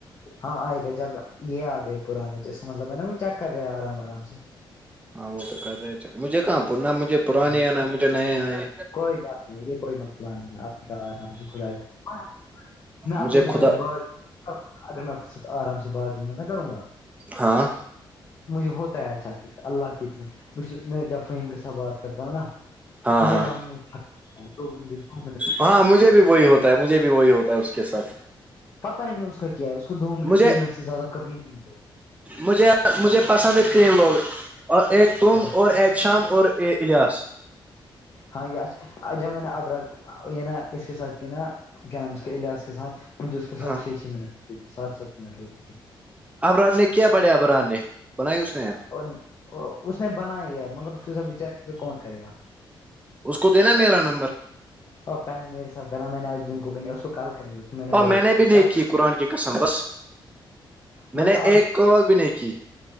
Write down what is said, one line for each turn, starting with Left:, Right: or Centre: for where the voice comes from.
Left: ہاں آئے گا جب یہ آ گئے پرانے تو اس کا مطلب ہے نا وہ چیک کر رہے ہیں آرام آرام سے
Right: ہاں وہ تو کر رہے مجھے کہاں پر نہ مجھے پرانے
Left: ہاں
Right: یا نہ مجھے نئے آئے
Left: کوئی بات نہیں یہ کوئی مسئلہ نہیں آئے گا آرام سے کھلائے گا میں آپ
Right: مجھے
Left: کے ساتھ
Right: خدا
Left: اگر بات اگر میں آپ کے ساتھ آرام سے بات میں کروں گا
Right: ہاں
Left: مجھے ہوتا ہے اچھا فک اللہ کےھ میں جب فہیم کے ساتھ بات کرتا ہوں نا
Right: ہاں ہاں
Left: میرا منہ تھکتا ہے تو بھی مجھے گھومنے
Right: ہاں مجھے بھی وہی ہوتا ہے مجھے بھی وہی ہوتا ہے اس کے ساتھ
Left: پتا ہی نہیں اس کا کیا ہے اس کو دو منٹ
Right: مجھے
Left: تین منٹ سے زیادہ کبھی نہیں ملتے
Right: مجھے مجھے پسند اتنے لوگ اور ا تم
Left: تو۔
Right: اور ا شام اور اے الیاس
Left: ہاں یہ اچھا جب میں نے اب یہ نا اس کے ساتھ کیا نا کیا نام اس کے ایاس کے ساتھ مجھے اس کے
Right: ہاں
Left: ساتھ چھ چھ منٹ ہوتی ت سات سات منٹ ہوتی تھی
Right: ابران نے کیا بڑھیا ابران نے بنائی اس نے ایپ
Left: اور اس نے بنا ہی ہے مگر اسی سب بیچار سے کون کرے گا
Right: اس کو دینا میرا نمبر
Left: اور پہل میرے سات کر رہا میں نے آج دن کو کہ اس کو کال کریں گے کو
Right: ہ
Left: بولا
Right: میں نے بھی نہیں
Left: کل
Right: کی قرآن کی قسم بس میں
Left: وہ
Right: نے
Left: نا
Right: ایک کال بھی نہیں کی